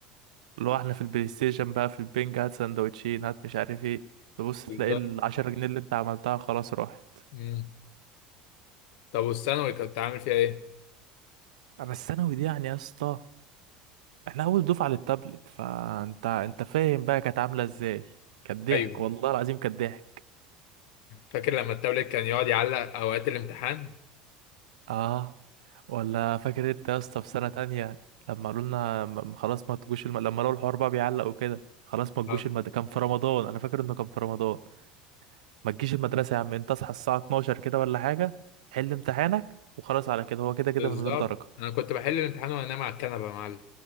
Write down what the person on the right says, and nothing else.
اللي هو احنا في البلاي ستيشن بقى في البنج هات سندوتشين هات مش عارف ايه تبص تلاقي
العشرة جنيه اللي انت عملتها خلاص راحت
اما الثانوي دي يعني يا اسطى احنا اول دفعه للتابلت فانت انت فاهم بقى كانت عامله ازاي كانت ضحك
والله العظيم كانت ضحك
اه ولا فاكر انت يا اسطى في سنه تانية لما قالوا لنا م- خلاص ما تجوش الم... لما لقوا الحوار بقى بيعلق وكده خلاص ما تجوش
المد... كان في رمضان انا فاكر انه كان في رمضان ما تجيش المدرسة يا عم انت اصحى الساعة 12 كده ولا حاجة حل امتحانك وخلاص على كده هو كده كده
من غير درجة